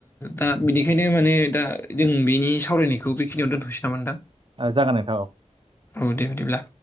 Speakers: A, on the left; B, on the right.
A: दा बिनिखायनो माने दा जों बेनि सावरायनायखौ बेखिनियाव दोनथ'सै ना नोंथां।
B: ओ, जागोन नोंथां औ
A: औ दे बिदिब्ला